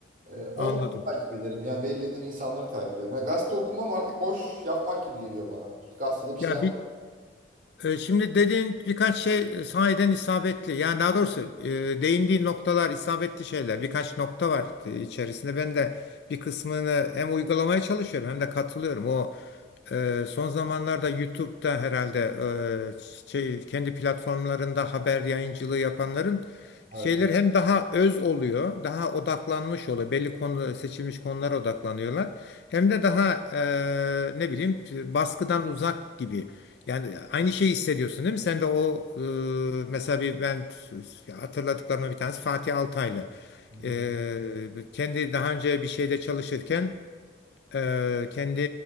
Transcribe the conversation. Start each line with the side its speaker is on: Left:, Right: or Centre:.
Right: E, onu
Left: Anladım.
Right: takip ederim. Yani belirlediğim insanları takip ederim. Yani gazete okumam artık boş yapmak gibi geliyor bana. Gazetede bir şey
Left: Ya
Right: yap.
Left: bir E, Şimdi dediğin birkaç şey e, sahiden isabetli. Yani daha doğrusu e, değindiği noktalar isabetli şeyler. Birkaç nokta var e, içerisinde. Ben de bir kısmını hem uygulamaya çalışıyorum hem de katılıyorum. O e, son zamanlarda YouTube'da herhalde e, şey, kendi platformlarında haber yayıncılığı yapanların
Right: Evet.
Left: şeyler hem daha öz oluyor, daha odaklanmış oluyor. Belli konu seçilmiş konulara odaklanıyorlar. Hem de daha e, ne bileyim baskıdan uzak gibi. Yani aynı şeyi hissediyorsun değil mi? Sen de o e, mesela bir ben ya hatırladıklarımda bir tanesi Fatih Altaylı.
Right: Hı hı.
Left: E, kendi daha önce bir şeyde çalışırken e, kendi